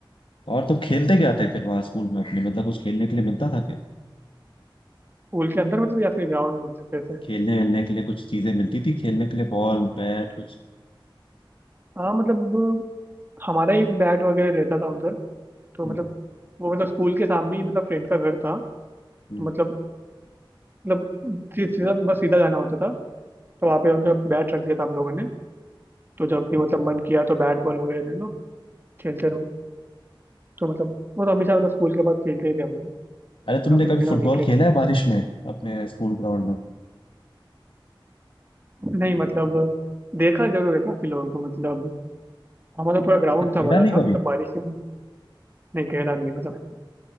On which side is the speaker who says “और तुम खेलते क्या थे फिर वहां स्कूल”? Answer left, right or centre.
Left